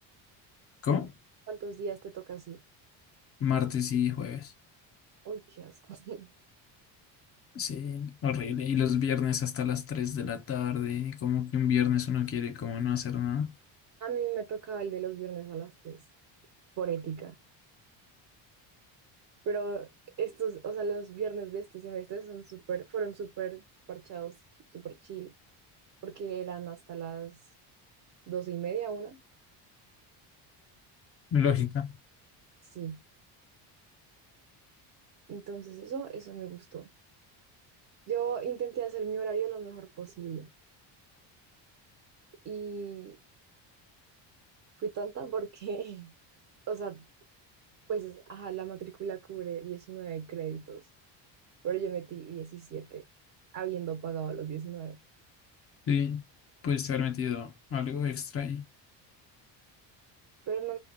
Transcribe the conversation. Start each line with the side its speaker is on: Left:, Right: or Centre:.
Left: ¿cómo?
Right: cuántos días te toca así?
Left: Martes y jueves.
Right: Uy, qué asco. <laughs>
Left: Sí, horrible. Y los viernes hasta las 3 de la tarde, como que un viernes uno quiere como no hacer nada.
Right: A mí me tocaba el de los viernes a las 3 por ética. Pero estos, o sea, los viernes de este semestre son súper, fueron súper parchados, ch- súper chill, porque eran hasta las doce y media, una.
Left: Lógica.
Right: Sí. Entonces eso, eso me gustó. Yo intenté hacer mi horario lo mejor posible y fui tonta porque, <laughs> o sea, Pues, ajá, la matrícula cubre 19 créditos, pero yo metí 17 habiendo pagado los diecinueve
Left: Sí, puedes haber metido algo extra y
Right: Pero no,